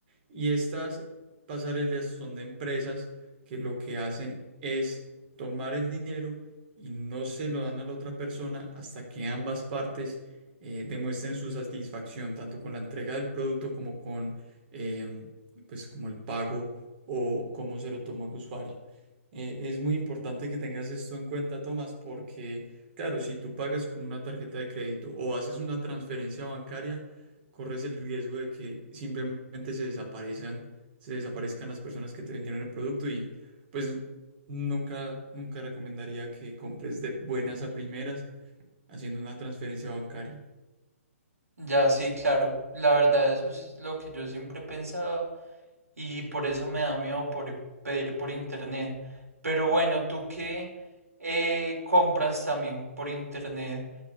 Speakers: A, on the right; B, on the right.
A: Y estas pasarelas son de empresas que lo que hacen es tomar el dinero y no se lo dan a la otra persona hasta que ambas partes eh, demuestren su satisfacción, tanto con la entrega del producto como con em, pues como el pago o cómo se lo tomó el usuario. Eh, es muy importante que tengas esto en cuenta, Tomás, porque claro, si tú pagas con una tarjeta de crédito o haces una transferencia bancaria, corres el riesgo de que simplemente se desaparezcan se desaparezcan las personas que te vendieron el producto y pues nunca, nunca recomendaría que compres de buenas a primeras haciendo una transferencia bancaria.
B: Ya sí, claro, la verdad eso es lo que yo siempre he pensado. y por eso me da miedo por pedir por internet. Pero bueno, tú que eh, compras también por internet,